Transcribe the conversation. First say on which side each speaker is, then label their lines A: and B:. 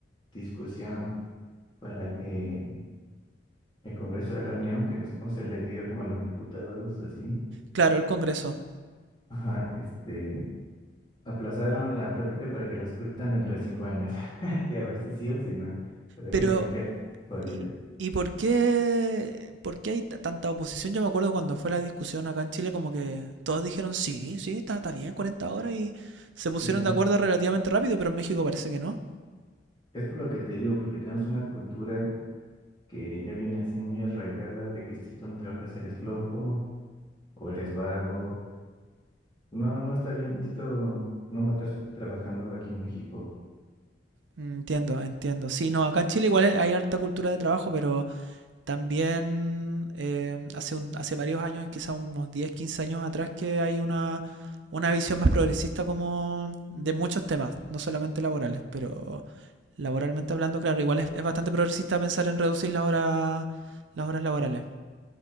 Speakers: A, on the left; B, on the right.
A: discusión para que el Congreso de la Unión, que no sé cómo se le diga como a los diputados así,
B: Claro, el Congreso.
A: ajá, este, aplazaron la plática para que la escutan dentro de cinco años <laughs> y a ver si sí o si no. O sea
B: Pero
A: que los me caen jodidos.
B: ¿Y, y por qué, por qué hay t- tanta oposición? Yo me acuerdo cuando fue la discusión acá en Chile, como que todos dijeron, sí, sí, está, está bien, 40 horas y se pusieron
A: Y
B: de acuerdo relativamente rápido, pero en México parece que no.
A: es por lo que te digo, porque tenemos una cultura que ya viene así muy arraigada de que si tú no trabajas eres flojo o eres vago. No, no está bien visto no matarse trabajando aquí en México.
B: Mm, Entiendo, entiendo. Sí, no, acá en Chile igual hay hay harta cultura de trabajo, pero también eh, hace, un- hace varios años, quizás unos 10, 15 años atrás, que hay una, una visión más progresista como de muchos temas, no solamente laborales, pero... Laboralmente hablando, claro, igual es, es bastante progresista pensar en reducir la hora, las horas laborales.